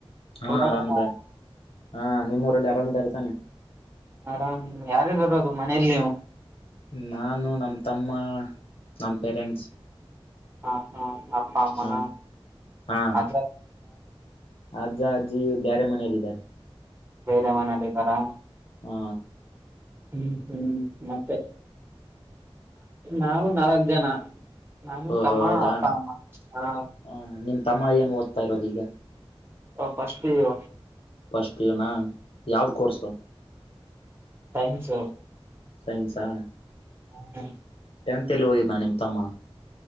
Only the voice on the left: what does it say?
ಹಾ
ಆರಾಮ್ ಇದೆ
ಹಾ ನಿಮ್ಮ ಊರಲ್ಲಿ ಆರಾಮ್ ಇದಾರೆತಾನೆ.
ನಾನು ನಮ್ಮ ತಮ್ಮ ನಮ್ಮ ಪೇರೆಂಟ್ಸ್
ಹ ಹಾ
ಅಜ್ಜ ಅಜ್ಜಿ ಬೇರೆ ಮನೆಯಲ್ಲಿದ್ದಾರೆ
ಹ್ಮ
ಓಹೋ
ಹೌದಾ
ಹ ನಿಮ್ ತಮ್ಮ ಏನ್ ಓದ್ತಾ ಇರೋದು ಈಗ
first P U ನಾ ಯಾವ್ದು ಕೋರ್ಸು
ಸೈನ್ಸಾ
ಟೆತ್ ಎಲ್ಲಿ ಓದಿದ್ದ ನಿಮ್ಮ ತಮ್ಮ